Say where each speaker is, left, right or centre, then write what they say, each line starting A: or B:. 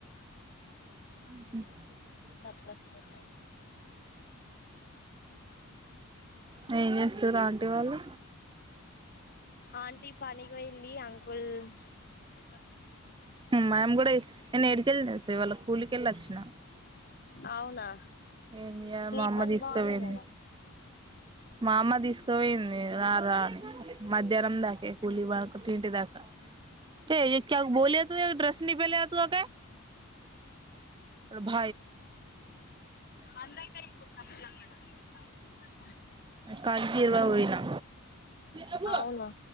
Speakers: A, on the right (about 20°); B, on the left (about 45°).
A: ఉ
B: డప్పస్ మోహంది
A: త్తె ఏం చేస్తు రాంటి వాళ్ళు
B: ఆంటి పని గోయి డి అంకుల్ అ
A: మేము కూడా నేను ఎడికెళతిస్ ఇవాళ్ళ కూలీకెళ్ళి వచ్చిన
B: అవునా
A: ఏం చేయాల్
B: నీ
A: మ అమ్మ
B: పని
A: తీసుకుపోయింది.
B: బాగుంది కదా
A: మా అమ్మా తీసుకోపోయింది. రా రాని మధ్యాహ్నం దాకే కులీ బ పంటి దాకా కే బోలి డ్రెస్ నిపలి త భ
B: మందయితే కుడ ములాకరణ టువల్
A: కాజకిీర్ ఇవా పోయినా అబో
B: అవునా